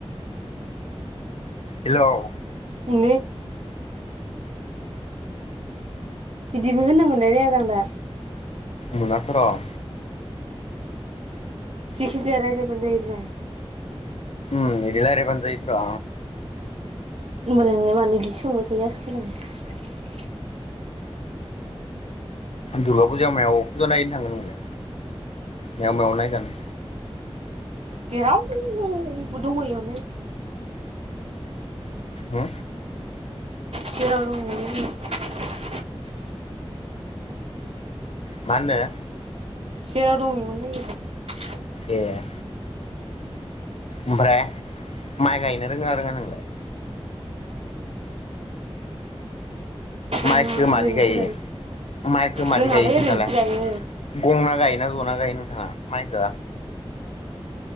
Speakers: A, on the left (about 80°); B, on the right (about 75°).
A: हेल'
B: उमलै बिदिबो होननो मोनलाय लाया आरो आं दा
A: गलाखौ र' <inaudible> <unintelligible>
B: जिखिजाया रायज्लायबानो जायोब्रा
A: उ एदि रायज्लायबानो जायोब्रा
B: होनबालाय नोंलाय मानो इदि सोंबाय थायो <inaudible> <unintelligible>
A: दुर्गा फुजायाव मायाव फुजा नायैनो थाङो नोंलाय मायाव मायाव नायजानो
B: जेराव दङ इयावनो नायो
A: हो
B: जेराव दङ बेयावनो नायो <inaudible> <unintelligible>
A: मा होनदों
B: जेराव दं इयावनो नायो
A: ए ओमफ्राय माइ गायनो रोंगोना रोङा नोंलाय माइखौ
B: रोङा
A: मादि
B: ओरैनोसो
A: गायो माइखौ मादि
B: रोङालै
A: गायो खोन्थालाय
B: ओरैनोसो गायो
A: गंना गायो ना जना जायो नोंथाङा माइखो